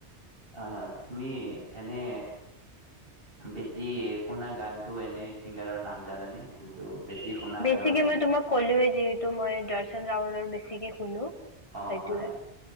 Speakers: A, on the right (about 55°); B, on the left (about 30°).
A: আহ তুমি এনে বেছি শুনা গানটো এনে চিংগাৰৰ নাম জানা নে যোনটো বেছি শুনা
B: বেছিকে
A: তেওঁৰ গান?
B: মই তোমাক ক'লোয়েই যিহেতু মই দৰ্শন ৰাৱলৰ বেছিকে শুনো
A: অ
B: সেইটোৱে
A: হয়